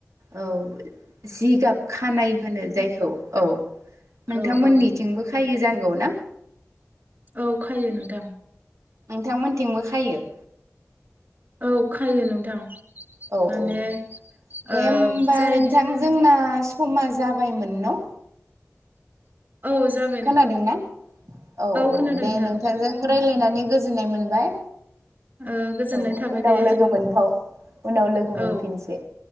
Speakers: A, on the right (about 75°); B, on the right (about 35°).
A: औ जिगाब खानाय होनो जायखौ औ नोंथांमोननि
B: औ औ
A: थिंबो खायो जानांगौ ना
B: औ खायो नोंथां
A: नोंथांमोनथिंबो खायो
B: औ खायो नोंथां
A: औ
B: माने
A: औ दे
B: ओ
A: होमबा
B: जाय
A: नोंथां
B: दिन
A: जोंना समा जाबायमोन न'
B: औ जाब
A: खोनादोंना औ औ
B: खोनादों
A: दे
B: नोंथां
A: नोंथांजों रायज्लायनानै गोजोननाय मोनबाय
B: ओ गोजोननाय
A: औ
B: थाबाय
A: उनाव
B: दे
A: लोगो मोनफाव उनाव लोगो
B: औ
A: मोनफिनसै